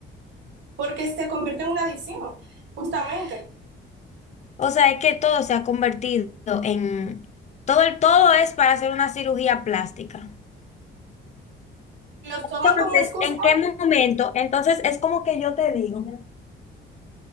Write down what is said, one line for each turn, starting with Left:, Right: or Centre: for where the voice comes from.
Right: Porque se convierte en una adicción, justamente.
Left: O sea, es que todo se ha convertido en... Todo el todo es para hacer una cirugía plástica.
Right: Y Lo toman
Left: Entonces,
Right: como excusa.
Left: ¿en qué momento? Entonces, es como que yo te digo,